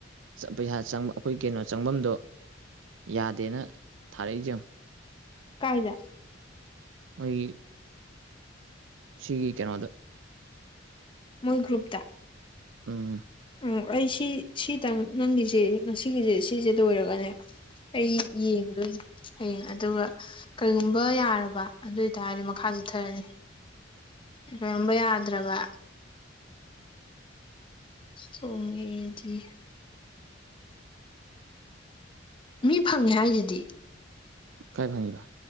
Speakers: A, on the right (about 80°); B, on the left (about 25°).
A: ꯄꯩꯁꯥ ꯆꯪ ꯑꯩꯈꯣꯏ ꯀꯩꯅꯣ ꯆꯪꯐꯝꯗꯣ ꯌꯥꯗꯦꯅ ꯊꯥꯔꯛꯏꯁ
B: ꯀꯥꯏꯗ
A: ꯃꯥꯣꯏ ꯁꯤꯒꯤ ꯀꯩꯅꯣꯗ
B: ꯃꯜꯒ꯭ꯔꯨꯨꯞꯇ
A: ꯎꯝ
B: ꯑꯣ ꯑꯩ ꯁꯤ ꯁꯤꯇꯪ ꯅꯪꯒꯤꯁꯦ ꯉꯁꯤꯒꯤꯁꯦ ꯁꯤꯁꯦ ꯂꯣꯏꯔꯒꯅꯦ ꯑꯩ ꯌꯦꯡꯗꯣꯏ ꯍꯌꯦꯡ ꯑꯗꯨꯒ ꯀꯔꯤꯒꯨꯝꯕ ꯌꯥꯔꯕ ꯑꯗꯨ ꯑꯣꯏꯇꯥꯔꯗꯤ ꯃꯈꯥ ꯆꯠꯊꯔꯅꯤ ꯉꯔꯝꯕ ꯌꯥꯗ꯭ꯔꯕ ꯁꯣꯃꯤꯗꯤ ꯃꯤ ꯐꯪꯉꯦ ꯍꯥꯏꯁꯤꯗꯤ
A: ꯀꯥꯏ ꯐꯪꯉꯔ